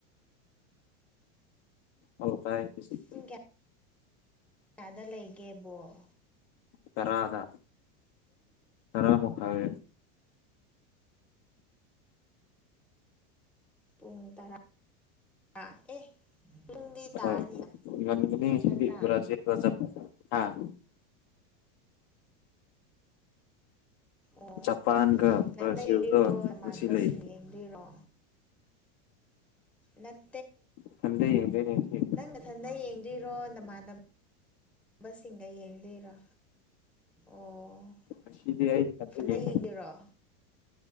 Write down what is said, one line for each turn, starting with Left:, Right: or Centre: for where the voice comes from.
Left: ꯑꯧ ꯇꯥꯢ ꯍꯨꯖꯤꯛ
Centre: ꯄꯨꯡ ꯀꯌꯥ ꯀꯌꯥꯗ ꯂꯩꯒꯦ ꯕꯣꯜ
Left: ꯇꯔꯥꯗ ꯇꯔꯥꯃꯈꯥꯢ
Centre: ꯄꯨꯡ ꯇꯔꯥ ꯑꯥ ꯑꯦ ꯄꯨꯡꯗꯤ ꯇꯥꯔꯅꯤ
Left: ꯍꯣꯢ ꯉꯟꯒꯅꯤ ꯉꯁꯤꯗꯤ
Centre: ꯅꯠꯇ꯭ꯔꯥ
Left: ꯕ꯭ꯔꯖꯤꯜꯒ ꯖꯄ ꯍꯥꯥ
Centre: ꯑꯣ
Left: ꯖꯄꯥꯟꯒ
Centre: ꯉꯟꯅ
Left: ꯕ꯭ꯔꯥꯖꯤꯜꯗꯣ
Centre: ꯌꯦꯡꯗꯣꯢꯔꯣ ꯅꯃꯥꯟꯕꯁꯤꯡ
Left: ꯉꯁꯤ ꯂꯩ
Centre: ꯌꯦꯡꯗꯣꯏꯔꯣ ꯅꯠ
Left: ꯊꯟꯗ ꯌꯦꯡꯗꯣꯢꯅꯦ ꯉꯁꯤ
Centre: ꯅꯊꯟꯗ <unintelligible> ꯕꯁꯤꯡꯒ ꯌꯦꯡꯗꯣꯏꯔꯣ ꯑꯣ
Left: ꯉꯁꯤꯗꯤ ꯑꯩ ꯏꯊꯟꯇ
Centre: ꯐꯣꯟꯗ
Left: ꯌꯦꯡꯒꯅꯤ
Centre: ꯌꯦꯡꯗꯣꯏꯔꯣ